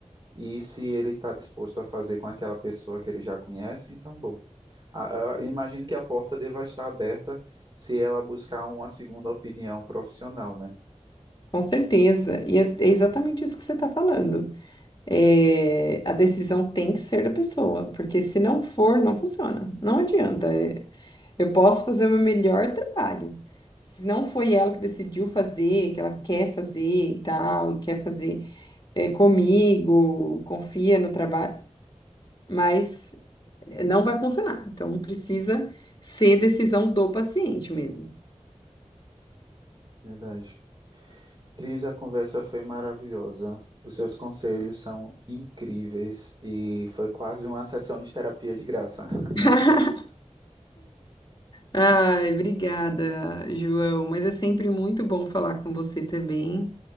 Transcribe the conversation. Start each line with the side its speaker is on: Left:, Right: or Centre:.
Right: e se ele está disposto a fazer com aquela pessoa que ele já conhece, então, bom. A- Eu imagino que a porta deva estar aberta se ela buscar uma segunda opinião profissional, né?
Left: Com certeza. E é é exatamente isso que você está falando. É, a decisão tem que ser da pessoa, porque se não for, não funciona. Não adianta. É, eu posso fazer o meu melhor trabalho. Se não foi ela que decidiu fazer, que ela quer fazer e tal, e quer fazer, é, comigo, confia no trabalho, mas não vai funcionar. Então precisa ser decisão do paciente mesmo.
Right: Verdade. Cris, a conversa foi maravilhosa. Os seus conselhos são incríveis e foi quase uma sessão de terapia de graça. <laughs>
Left: <laughs> Ai, obrigada, João. Mas é sempre muito bom falar com você também.